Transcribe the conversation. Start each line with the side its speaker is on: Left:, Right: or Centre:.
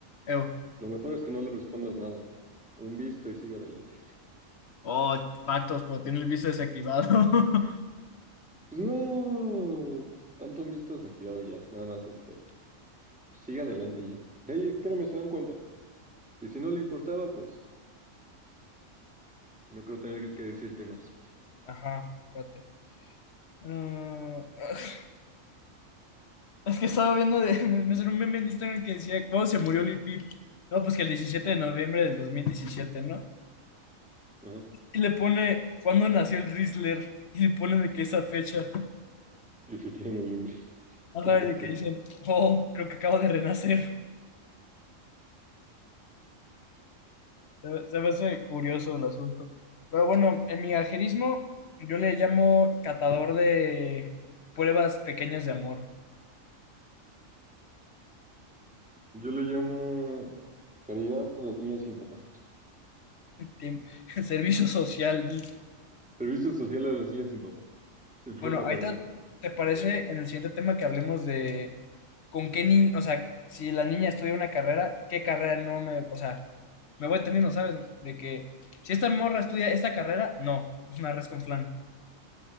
Left: Evo.
Centre: lo mejor es que no le respondas nada. Un visto y sigue adelante.
Left: Oh, factos, pero tiene el visto desactivado. <laughs>
Centre: Pues no, tanto un visto desactivado ya, es nada más este, sigue adelante ya. Ey, créeme, se dan cuenta. Y si no le importaba, pues no creo tener que, que decirte más.
Left: Ajá, espérate. Ah, <laughs> Es que estaba viendo de, <laughs> me, me salió un meme en Instagram que decía, ¿cuándo se murió Lil Peep? No, pues que el 17 de noviembre del dos mil diecisiete ¿no?
Centre: Ajá.
Left: Y le pone, ¿cuándo nació el Rizzler? Y le pone de que esa fecha.
Centre: Y si tiene noviembre, <laughs>
Left: Ajá,
Centre: qué poca.
Left: y de que dicen, oh, creo que acabo de renacer. Se, se me hace curioso el asunto. Pero bueno, en mi ajerismo, yo le llamo catador de pruebas pequeñas de amor.
Centre: Yo le llamo caridad con las niñas sin papá.
Left: Tiem- <laughs> Servicio social, di.
Centre: Servicio social a las niñas sin papá. Sin figura
Left: Bueno,
Centre: paterna.
Left: ahorita,
Centre: porque escucho
Left: ¿te parece
Centre: mejor.
Left: en el siguiente tema que hablemos de con qué niño, o sea, si la niña estudia una carrera, qué carrera no me, o sea, me voy entendiendo, ¿sabes? De que si esta morra estudia esta carrera, no, es una res con flan.